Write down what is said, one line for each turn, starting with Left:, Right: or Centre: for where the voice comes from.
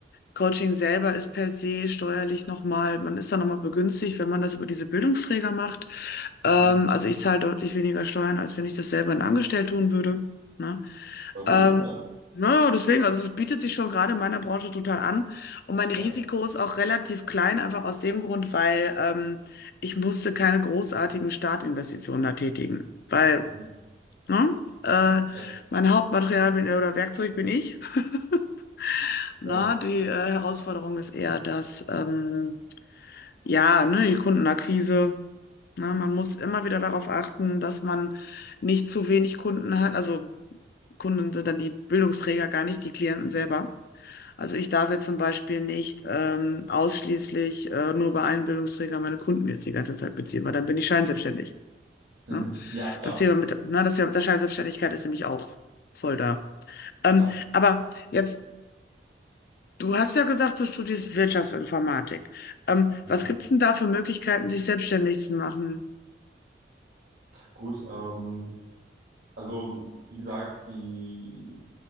Left: Coaching selber ist per se steuerlich nochmal, man ist da nochmal begünstigt, wenn man das über diese Bildungsträger macht. Ähm,
Right: Mhm.
Left: also ich zahle deutlich weniger Steuern, als wenn ich das selber in Angestellt tun würde. Ne?
Right: War gut,
Left: Ähm,
Right: ja.
Left: naja, deswegen, also es bietet sich schon gerade in meiner Branche total an. Und mein Risiko
Right: Ja.
Left: ist auch relativ klein, einfach aus dem Grund, weil ähm, ich musste keine großartigen Startinvestitionen da tätigen. Weil,
Right: Mhm.
Left: ne, äh,
Right: Ja.
Left: mein Hauptmaterial bin, oder Werkzeug bin ich. <laughs> Na,
Right: Ja.
Left: die äh, Herausforderung ist eher dass ähm, ja, ne, die Kundenakquise, na, man muss immer wieder darauf achten, dass man nicht zu wenig Kunden hat. Also Kunden sind dann die Bildungsträger gar nicht, die Klienten selber. Also ich darf jetzt zum Beispiel nicht ähm, ausschließlich äh, nur bei einem Bildungsträger meine Kunden jetzt die ganze Zeit beziehen, weil dann bin ich scheinselbstständig.
Right: Mhm.
Left: Ne?
Right: Ja, klar.
Left: Das Thema mit, ne, das Thema mit der Scheinselbstständigkeit ist nämlich auch voll da. Ähm,
Right: Ja.
Left: aber jetzt, du hast ja gesagt, du studierst Wirtschaftsinformatik. Ähm,
Right: Mhm.
Left: was gibt's denn da für Möglichkeiten, sich selbstständig zu machen?
Right: Gut, ähm, Also, wie gesagt, die,